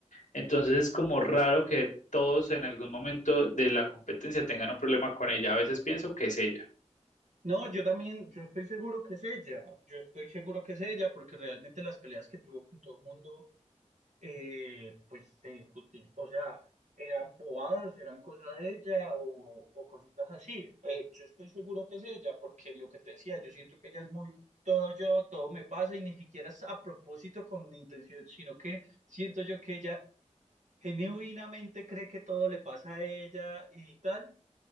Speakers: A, on the left; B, on the right.
A: Entonces es como raro que todos en algún momento de la competencia tengan un problema con ella. A veces pienso que es ella.
B: No, yo también, yo estoy seguro que es ella, yo estoy seguro que es ella, porque realmente las peleas que tuvo con todo el mundo, eh, pues se justi- o sea, eran bobadas, eran cosas de ella o, o cositas así. Eh, yo estoy seguro que es ella, porque lo que te decía, yo siento que ella es muy todo yo, todo me pasa y ni siquiera es a propósito con intención, sino que siento yo que ella genuinamente cree que todo le pasa a ella y tal